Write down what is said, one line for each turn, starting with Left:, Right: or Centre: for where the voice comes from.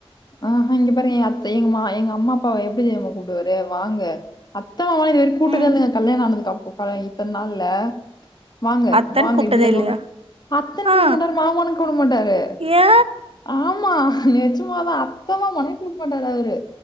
Left: ஆ ஹ இங்க பாருங்க எங்கத் எங்க மா எங்க அம்மா அப்பாவ எப்டி தெறிமா கூப்டுவாரு வாங்க அ த்த மாமானு இது வரைக்கு கூப்ட்டதே
Right: ம்
Left: இல்லங்க கல்யணம் ஆனதுக்கப்போ <unintelligible> இத்தன நாள்ல வாங்க
Right: அத்தன்னு
Left: வாங்க
Right: கூப்ட்டதே
Left: இப்படிதாங்க
Right: இல்லையா
Left: கூப்டு அத்தன்னு
Right: ஆ
Left: கூப்ட மாட்டாரு மாமானு கூப்ட மாட்டாரு
Right: ஏ
Left: ஆமா நெஜமாதா அத்த மாமானே கூப்ட மாட்டார் அவரு